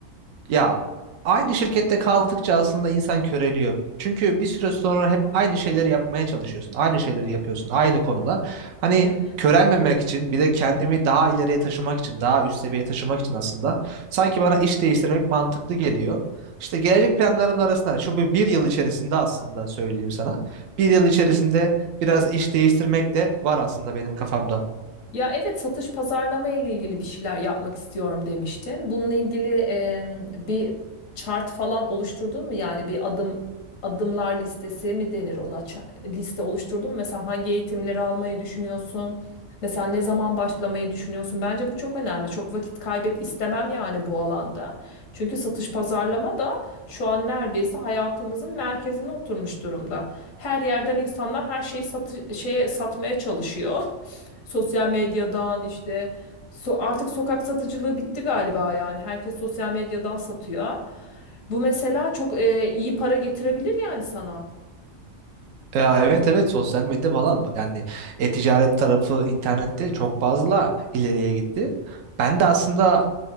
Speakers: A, on the right; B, on the left.
A: Ya aynı şirkette kaldıkça aslında insan köreliyor. Çünkü bir süre sonra hep aynı şeyleri yapmaya çalışıyorsun. Aynı şeyleri yapıyorsun. Aynı konular. Hani
B: var?
A: körelmemek için bir de kendimi daha ileriye taşımak için, daha üst seviyeye taşımak için aslında sanki bana iş değiştirmek mantıklı geliyor. İşte gelecek planlarımın arasında hani şu bir bir yıl içerisinde aslında söyleyeyim sana. Bir yıl içerisinde biraz iş değiştirmek de var aslında benim kafamda.
B: Ya evet satış pazarlama ile ilgili bir şeyler yapmak istiyorum demiştin. Bununla ilgili em, bir chart falan oluşturdun mu? Yani bir adım adımlar listesi mi denir ona? Ça- liste oluşturdun mu? Mesela hangi eğitimleri almayı düşünüyorsun? Mesela ne zaman başlamayı düşünüyorsun? Bence bu çok önemli. Çok vakit kaybet istemem yani bu alanda. Çünkü satış pazarlama da şu an neredeyse hayatımızın merkezine oturmuş durumda. Her yerden insanlar her şeyi satı- şeye satmaya çalışıyor. <laughs> Sosyal medyadan işte so- artık sokak satıcılığı bitti galiba yani. Herkes sosyal medyadan satıyor. Bu mesela çok e, iyi para getirebilir yani sana.
A: Ya evet evet sosyal medya falan yani e-ticaret tarafı internette çok fazla ileriye gitti. Ben de aslında